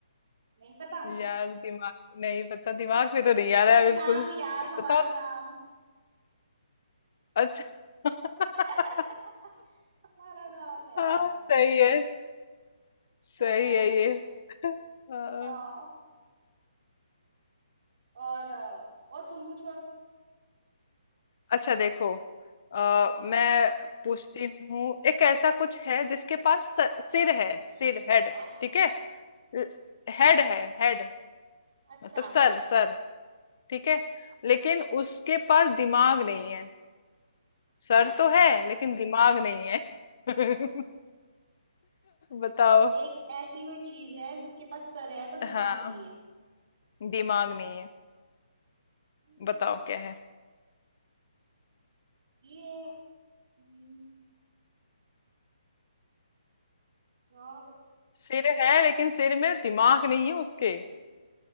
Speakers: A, on the right; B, on the left.
A: नहीं पता
B: यार दिमाग नहीं पता दिमाग में तो नहीं आ रहा
A: अरे
B: है बिल्कुल
A: नाम यार
B: बताओ
A: हमारा नाम
B: अच्छा <laughs>
A: <laughs> हमारा नाम यार
B: हाँ सही है सही
A: है ना
B: है ये हाँ।
A: हाँ और अ, और तुम पूछो अब
B: अच्छा देखो आ, मैं
A: हाँ।
B: पूछती हूँ एक ऐसा कुछ है जिसके पास स- सिर है सिर हेड
A: है
B: ठीक है ल- हेड है हेड
A: अच्छा
B: मतलब सर सर ठीक है लेकिन उसके पास दिमाग नहीं है सर
A: है
B: तो है लेकिन दिमाग नहीं है <laughs> बताओ
A: एक ऐसी कोई चीज है जिसके पास सर है बस दिमाग
B: हाँ
A: नहीं है
B: दिमाग नहीं है
A: हम्म,
B: बताओ क्या है
A: ये हम्म, यार
B: सिर है लेकिन सिर में दिमाग नहीं है उसके